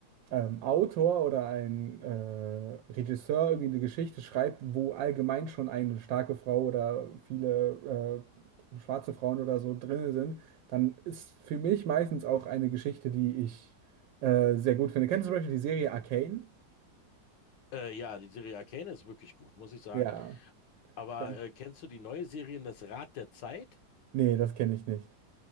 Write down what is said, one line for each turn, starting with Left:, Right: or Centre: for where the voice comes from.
Right: ähm, Autor oder ein äh, Regisseur irgendwie eine Geschichte schreibt, wo allgemein schon eine starke Frau oder viele äh, schwarze Frauen oder so drin sind, dann ist für mich meistens auch eine Geschichte, die ich äh, sehr gut finde. Kennst du zum Beispiel die Serie Arcane?
Left: Äh, ja, die Serie Arcane ist wirklich gut, muss ich sagen.
Right: Ja.
Left: Aber
Right: Dann,
Left: äh, kennst du die neue Serie, das Rad der Zeit?
Right: nee, das kenne ich nicht.